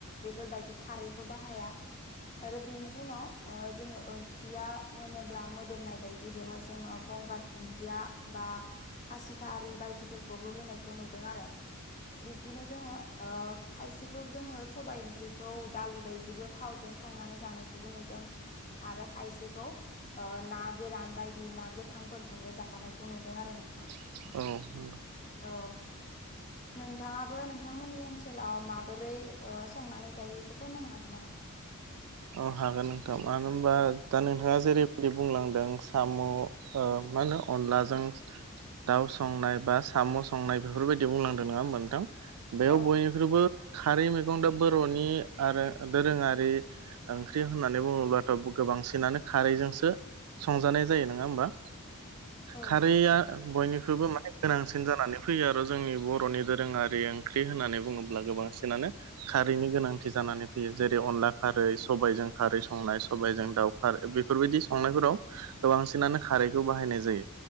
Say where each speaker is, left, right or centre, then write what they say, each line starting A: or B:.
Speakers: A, on the left; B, on the right.
A: बेफोरबायदि खारैखौ बाहाया। आरो बेनि उनाव ओ जोङो ओंख्रिया मोनोब्ला मोदोमनाय बायदि गिबियावहाय जोङो गंगार दुन्दिया बा खासिथारि बायदिफोरखौबो होनायखौ नुदों आरो। बिब्दिनो जोङो ओ खायसेखौ जोङो सबायाइ ओंख्रिखौ दालि बायदिबो थावजों संनानै जानायखौबो नुदों। आरो खायसेखौ ना गोरान बायदि ना गोथांफोरजोंबो जानायखौ नुदों आरो नोंथां।
B: औ नंगौ।
A: औ। नोंथाङाबो नोंथांमोननि ओनसोलाव माबोरै ओ संनानै जायो एसे फोरमायनो हागोन नामा।
B: औ हागोन नोंथां मानो होनबा दा नोंथाङा जेरैबायदि बुंलांदों साम' ओ मा होनो अनलाजों दाउ संनाय बा साम' संनाय बेफोरबायदि बुंलांदों नङा होमबा नोंथां बेयाव
A: औ
B: बयनिख्रुइबो खारै मैगं दा बर'नि आरो दोरोङारि ओंख्रि होननानै बुङोब्लाथ' गोबांसिनानो खारैजोंसो संजानाय जायो नङा होमबा।
A: औ
B: खारैआ बयनिख्रुइबो माने गोनांसिन जानानै फैयो आरो' जोंनि बर'नि दोरोङारि ओंख्रि होननानै बुङोब्ला गोबांसिनानो खारैनि गोनांथि जानानै फैयो जेरै अनला खारै, सबायाइजों खारै संनाय सबाइजों दाउ खार बेफोरबायदि संनायफोराव गोबांसिनानो खारैखौ बाहायनाय जायो